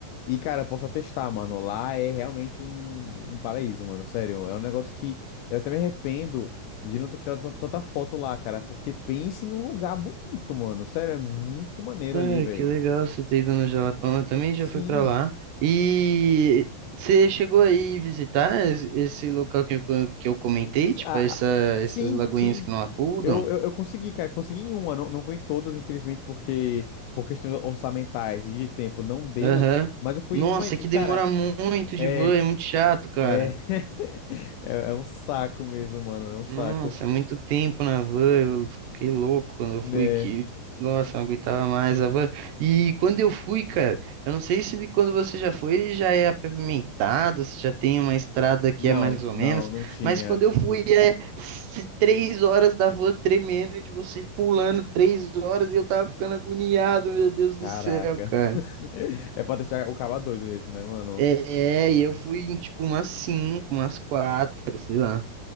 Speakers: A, on the left; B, on the right.
A: e, cara, eu posso atestar, mano, lá é realmente um, um paraíso, mano, sério. É um negócio que eu até me arrependo de não ter tirado tan- tanta foto lá, cara, porque pense num lugar bonito, mano. Sério, é muito maneiro
B: Cara,
A: ali, velho.
B: que legal você ter ido no Jalapão. Eu também
A: Sim,
B: já fui para lá. E você chegou aí visitar es- esse local que eu, co- que eu comentei, tipo
A: ah,
B: essa,
A: sim,
B: essas lagoinhas
A: sim.
B: que não afundam?
A: Eu, eu, eu consegui, cara. Consegui em uma, não, não foi em todas, infelizmente, porque por questões orçamentais e de tempo não deu.
B: Aham.
A: Mas eu fui
B: Nossa,
A: em uma e,
B: é que
A: cara,
B: demora muito
A: é,
B: de van, é muito chato, cara.
A: é, <laughs> é, é um saco mesmo, mano. É um saco.
B: Nossa, é muito tempo na van, eu fiquei louco quando eu
A: né
B: fui que, nossa, não aguentava mais a van. E quando eu fui, cara, eu não sei se de quando você já foi já é pavimentado, se já tem uma estrada que
A: Não,
B: é mais ou
A: não,
B: menos,
A: não tinha.
B: mas quando eu fui é s- três horas da van tremendo e de você pulando três horas e eu tava ficando agoniado, meu Deus do
A: Caraca.
B: céu, cara.
A: <laughs> É pra deixar o cara doido mesmo, né, mano?
B: É, e eu fui em tipo umas cinco, umas quatro, sei lá,